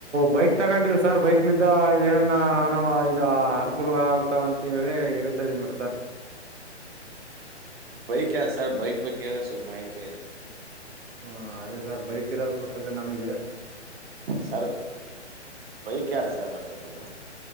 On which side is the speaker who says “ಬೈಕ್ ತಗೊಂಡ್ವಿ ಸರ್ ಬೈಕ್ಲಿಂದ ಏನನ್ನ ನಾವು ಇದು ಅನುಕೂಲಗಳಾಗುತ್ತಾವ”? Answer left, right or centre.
Right